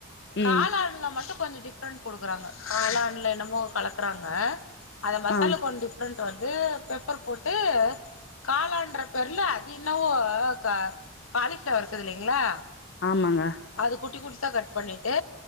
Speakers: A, on the left; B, on the left.
A: ம்
B: காளாண்ல மட்டு கொஞ்சொ டிஃப்ரண்ட் குடுக்குறாங்க காளாண்ல என்ன ம்மோ கலக்குறாங்க அத மசாலு
A: ஆ
B: கொன் டிஃப்ரண்ட் வந்து பெப்பர் போட்டு காளான்ர பேர்ல அது இன்னவோ க காலிஃப்ளவர் இருக்குதுளிங்ளா
A: ஆமங்க
B: அது குட்டி குட்டிசா கட் பண்ணிட்டு